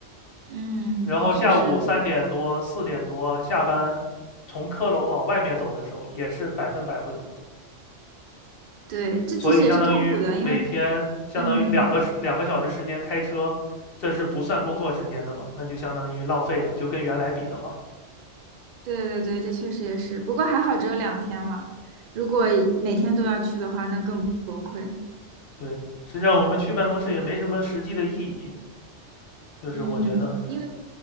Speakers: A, on the right; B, on the left.
A: 嗯，
B: 然后下午三点多、
A: 确实，
B: 四点多下班，从科隆往外面走的时候，也是百分百会堵。
A: 对，这其实也是痛苦的，
B: 所以相当于每天相当于两个时两个小时时间开车，
A: 因为，嗯，
B: 这是不算工作时间的嘛？那就相当于浪费了，就跟原来比的话，
A: 对对对，这确实也是，不过还好只有两天了，如果每天都要去的话，那更崩溃，
B: 对，实际上我们去办公室也没什么实际的意义，就是我觉得，
A: 嗯，因为